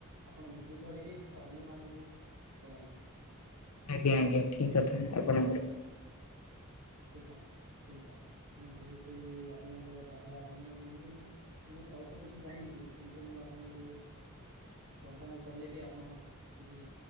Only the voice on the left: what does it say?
ଆଜ୍ଞା ଆଜ୍ଞା ଠିକ୍ କଥା ଆପଣଙ୍କର।